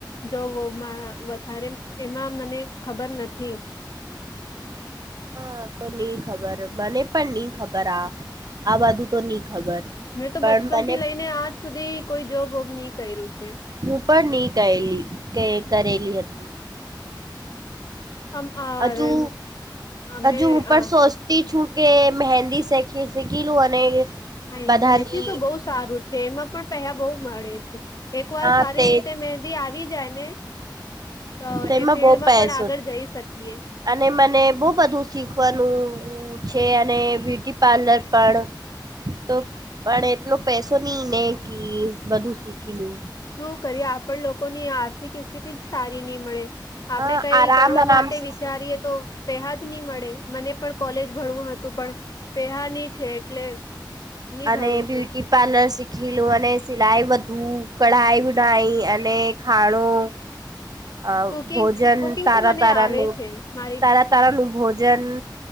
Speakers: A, on the left; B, on the right.
A: જોબ વોબમા વઘારે એમાં મને ખબર નથી.
B: હા તો ની ખબર મને પણ ની ખબર આ આ બાધું તો ની ખબર.
A: મેં તો
B: પણ
A: બચપન
B: મને
A: થી લઈને આજ સુધી કોઈ જોબ વોબ નહી કર્યું છે.
B: હું પણ નહી કેયલી કે કરેલી હતી.
A: આમ અરે
B: હજુ
A: અમે
B: હજુ હું
A: આ
B: પણ સો. થી છું કે મહેંદી શેખી શીખીલું અને.
A: હા
B: બધાની
A: મહેંદી તો બહુ સારું છે એમાં પણ પે્યા બહુ મળે છે. એક વાર
B: હા
A: સારી
B: તે
A: રીતે મહેંદી આવી જાય ને તો
B: તેમાં
A: એ ફિલ્ડમાં
B: બહુ પૈસો
A: પણ આગળ જઈ શકીએ.
B: અને મને બહુ બધું શીખવાનું ઉ છે અને બ્યુટી પાર્લર પણ તો પણ એટલો પૈસો ની ને કી બધું શીખી લુ.
A: શું કરીએ આપણ લોકોની આર્થિક સ્થિતિ જ સારી નહી મળે. આપડે
B: હા
A: કઈ
B: આરામ
A: કરવા
B: આરામ
A: માટે
B: સે
A: વિચારીએ
B: શીખું
A: તો પેહા જ નહી મળે મને પણ કોલેજ ભરવું હતું પણ પેહા ની છે એટલે ની
B: અને
A: ભણું
B: બ્યુટી
A: છું
B: પાર્લર શીખીલું અને સિલાઈ વધુ કઢાઈ ઉઢાઈ અને ખાણું અ
A: કુકિંગ
B: ભોજન
A: કુકિંગ
B: તારા
A: તો મને
B: તારાનું
A: આવે છે મારી
B: તારા તારા નું ભોજન